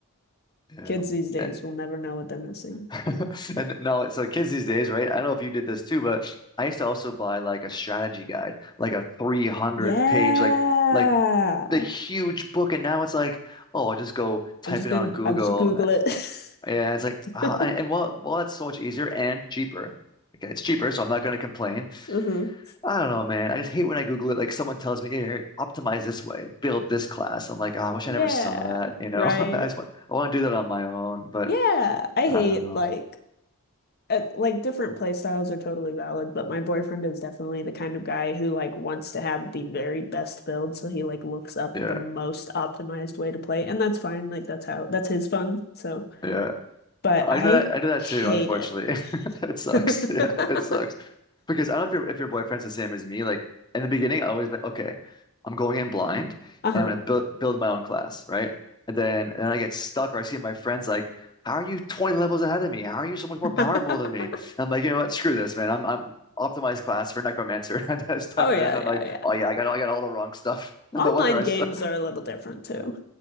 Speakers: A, on the left (about 20°); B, on the left (about 45°).
A: Yeah.
B: Kids these days
A: Eh,
B: will never know what they're missing.
A: <laughs> And now, like, so kids these days, right? I don't know if you did this too, but I used to also buy like a strategy guide, like a 300
B: Yeah.
A: page, like, like the huge book. And now it's like, oh, just go type
B: I'm just
A: it
B: gonna
A: on Google.
B: I'm just Google
A: eh,
B: it.
A: And
B: <laughs>
A: it's like, ah,
B: <laughs>
A: I- and well, well, that's so much easier and cheaper. Okay, it's cheaper, so I'm not going to complain.
B: hmm
A: I don't know, man. I just hate when I Google it. Like someone tells me, "Here, optimize this way, build this class." I'm like, oh, I wish
B: Yeah,
A: I never saw that. You know,
B: right.
A: <laughs> I just want, I want to do that on my own,
B: Yeah, I
A: I
B: hate
A: don't know.
B: like uh, like different play styles are totally valid, but my boyfriend is definitely the kind of guy who like wants to have the very best build, so he like looks up
A: Yeah,
B: the most optimized way to play, and that's fine. Like that's how that's his fun. So,
A: yeah.
B: but
A: I
B: I
A: do that. I do that
B: hate
A: too, unfortunately.
B: it.
A: <laughs> It sucks.
B: <laughs>
A: Yeah, it sucks. Because I don't know if your if your boyfriend's the same as me. Like in the beginning, I always like, okay. I'm going in blind,
B: Uh-huh.
A: and I'm gonna build build my own class, right? And then and then I get stuck, or I see my friends like, "How are you 20 levels ahead of me? How are you so much more
B: <laughs>
A: powerful than me?" And I'm like, you know what? Screw this, man. I'm I'm optimized class for Necromancer. <laughs> I just type
B: Oh yeah,
A: it in. I'm
B: yeah,
A: like, oh
B: yeah.
A: yeah, I got I got all the wrong stuff. <laughs> No
B: Online
A: wonder I
B: games
A: suck.
B: are a little different too.